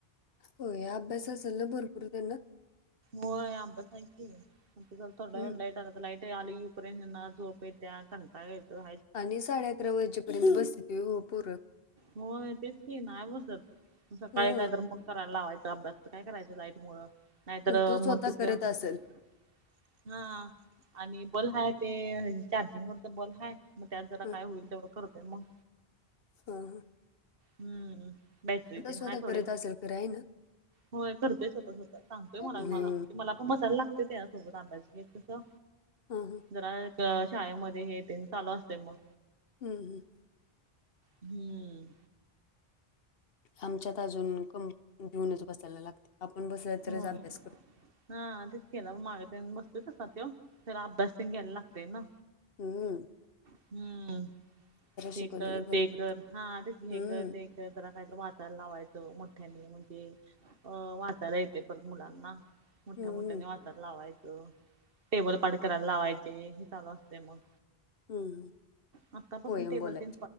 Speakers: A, on the left; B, on the right.
A: होय. अभ्यास असल ना भरपूर त्यांना?
B: होय. अभ्यास हाय कि आता जरा थोड्या
A: हम्म
B: वेळानं लाईट आला तर लाईट- - आली उपर झोप येत्या. कंटाळ येतोयं.
A: आणि साडे अकरा वाजेपर्यंत बसित ओ पोर.
B: होय. तेच की नाय बसत म सकाळी
A: हां
B: काय तर मग कराय लावायचा अभ्यास. काय करायचं लाईट मुळं. नाहीतर
A: पण तो स्वतः
B: मग
A: करत
B: त्यो. हा.
A: असेल.
B: हा आणि बल हाय. ते चार्जिंग वरचा बल हाय मग त्यात जरा
A: हां
B: काय होईल तेवढं करतोय मग.
A: हं. हं.
B: हम्म. बॅटरी तेन
A: स्वतः
B: हाय थोडी.
A: करत असेल खरं आहे ना
B: होय. करतोय स्वतः स्वता सांगतोय मला
A: हम्म.
B: -मला म्हणजे मला पण बसायला लागतय. त्याच्या -- सोबत अभ्यास घेत तिथं.
A: हं. ह.
B: जरा एक शाळेमध्ये हेेतेन चालू असतयं मग.
A: हम्, हम्.
B: हम्म.
A: आमच्यात अजून <unintelligible> घिऊनच बसायला लागतयं. सरळ तरच
B: होय.
A: अभ्यास करतोयं.
B: हा. तेच की माग तेनं बसतोय तसा तो खरं अभ्यास तेनं घ्यायला लागतेय ना.
A: हम.
B: हम्म हे
A: शिकवलेलं
B: कर
A: बरं
B: ते कर
A: पडतं
B: हा आरच हे
A: हम्म
B: कर ते कर जरा काहीत वाताय लावायचं मोठ्यानी म्हणजे अ वााताला येत ते पण मुलांना मोठ्या
A: हम्म,
B: मोठ्याने वाचायला लावायचं टेबल पाड करायला लावायचे हे चालू असते मग
A: हम्म
B: आत्तापासून
A: होय
B: टेबल
A: बोला
B: तेन
A: की